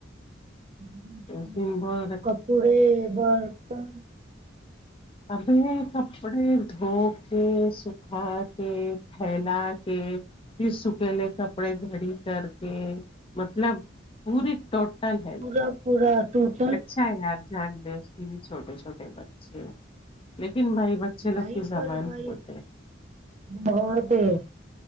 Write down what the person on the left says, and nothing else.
اس دن بع
ابھی کپڑے دھو کے سکھا کے پھیلا کے پھر سکیلے کپڑے گھڑی کر کے مطلب پوری ٹ تل ہے
اچھا ہے یار جان لیں اس کے بھی چھوٹے چھوٹے بچے لیکن بھائی بچے لوگ
کی زبان
ہوتے